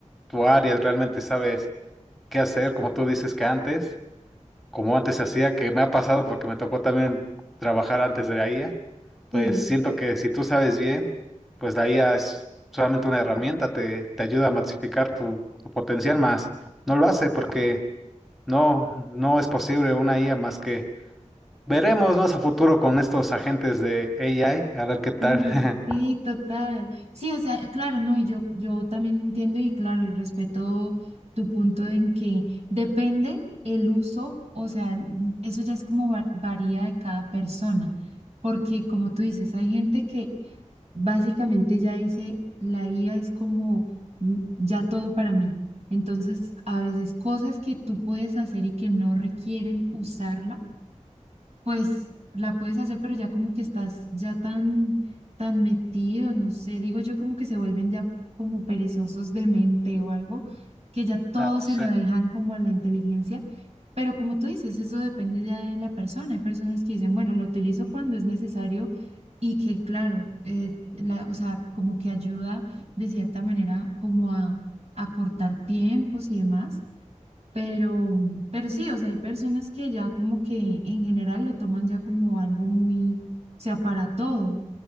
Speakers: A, in the centre; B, on the right.
A: tu área, realmente sabes qué hacer, como tú dices que antes como antes se hacía, que me ha pasado porque me tocó también trabajar antes de la IA,
B: Sí.
A: pues siento que si tú sabes bien, pues la IA es solamente una herramienta, te, te ayuda a masificar tu, tu potencial más. No lo hace porque no, no es posible una IA más que veremos más a futuro con estos agentes de AI, a ver qué tal.
B: Oye,
A: <laughs>
B: Sí, total. Sí, o sea, claro, no, y yo, yo también entiendo y claro, y respeto tu punto en que depende el uso, o sea, el- eso ya es como va- varía de cada persona, porque como tú dices, hay gente que básicamente ya dice, la IA es como mm, ya todo para mí. Entonces, a veces cosas que tú puedes hacer y que no requieren usarla pues la puedes hacer, pero ya como que estás ya tan, tan metido, no sé, digo yo como que se vuelven ya como perezosos de mente o algo, que ya todo
A: Ah, pues,
B: se
A: sí,
B: lo dejan como a la inteligencia, pero como tú dices, eso depende ya de la persona, hay personas que dicen, bueno, lo utilizo cuando es necesario y que claro, eh, la, o sea, como que ayuda de cierta manera como a, a cortar tiempos y demás pero, pero sí, o sea, hay personas que ya como que en general lo toman ya como algo muy, o sea, para todo.